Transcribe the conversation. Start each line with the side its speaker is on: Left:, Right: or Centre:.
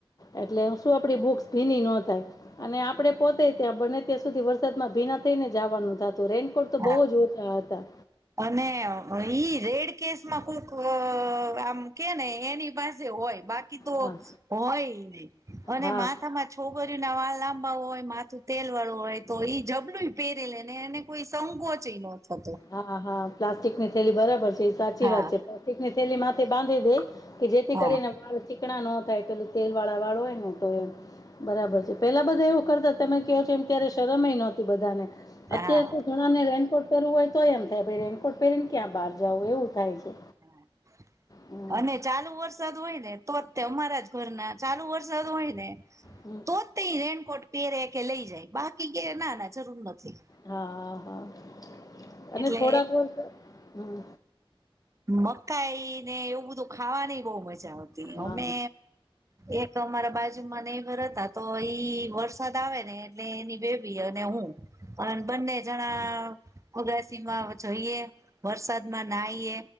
Left: એટલે શું આપડી બુક્સ ભીની ન થાય. અને આપડે પોતે ત્યાં બને ત્યાં સુધી વરસાદમાં ભીના થઈ ને જવાનું થતું રે રેનકોટ તો
Right: હા
Left: બોવ જ ઓછા હતા.
Right: અને ઈ રેડ કેસમાં કોક આમ કે ને એની પાસે હોય બાકી તો
Left: હા
Right: હોય નય અને
Left: હા
Right: માથામાં છોકરીઓ ના વાળ લાંબા હોય માથું તેલ વાળું હોય તો ઈ જબલું પહેરે લે ને એને કોઈ સંકોચે ન થતો.
Left: હા હા પ્લાસ્ટિકની થેલી બરાબર છે એ સાચી
Right: હા
Left: વાત છે પ્લાસ્ટિકની થેલી માથેથી બાંધી દે કે જેથી
Right: હા
Left: કરીને વાળ ચીકણા ન થાય. પેલું તેલ વાળા વાળ હોય ને તો એમ બરાબર છે, પેલા બધા એવું કરતા, તમે કહો છો, એમ ત્યારે શરમય નહોતી બધાને. અત્યારે
Right: હા
Left: તો ઘણા ને રેનકોટ પહેરવું હોય તો, એમ થાયાઈ, રેનકોટ પહેરીને, ક્યા બહાર જવું એવું થાય છે.
Right: <unintelligible>
Left: હમ,
Right: ચાલુ. વરસાદ હોય ને, તો ઘરના ચાલુ વરસાદ હોય ને.
Left: હમ.
Right: તો પહેરે કે લઈ જાય કે, ના ના જરૂર નથી.
Left: હા, હા, હા અને
Right: એટલે
Left: થોડાક વર્ષ હમ.
Right: મકાઈને એવું બધું ખાવાની બહુ મજા આવતી
Left: હા.
Right: અમે. એક અમારા બાજુમાં નેબર હતા, તો ઈ વરસાદ આવેને, એટલે એની અને હું પણ બંને જણા અગાસીમાં જઈએ વરસાદમાં નાઈએ.